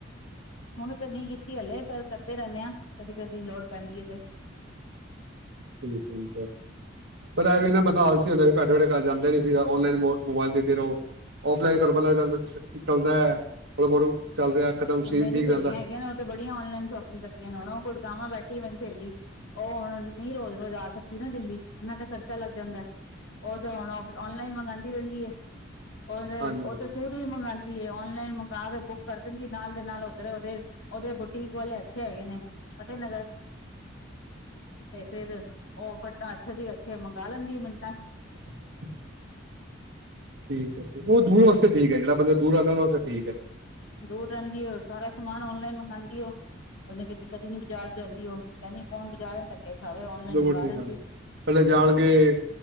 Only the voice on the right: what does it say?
<inaudible> ਹੈ ਪਰ ਇਹ ਵੀ ਨਾ ਬੰਦਾ ਆਲਸੀ <unintelligible> ਬੈਠੇ-ਬੈਠੇ ਕਰ ਜਾਂਦੇ ਨੀ ਫ ਔਨਲਾਈਨ ਮੋਬਾਈਲ ਦੇ ਰਹੋ ਓਫਲਾਈਨ ਚੱਲਦਾ <unintelligible> ਕਦਮ ਸਰੀਰ
ਠੀਕ
ਰਹਿੰਦਾ
ਹਾਂਜੀ
<inaudible> ਠੀਕ ਉਹ ਦੂਰ ਵਾਸਤੇ ਠੀਕ ਏ ਜਿਹੜਾ ਬੰਦਾ ਦੂਰ ਆਉਦਾ ਵਸਤੇ ਠੀਕ ਹੈ।
ਉਹ
ਠੀਕ
ਗੱਲ ਹੈ ਪਹਿਲੇ ਜਾਣਗੇ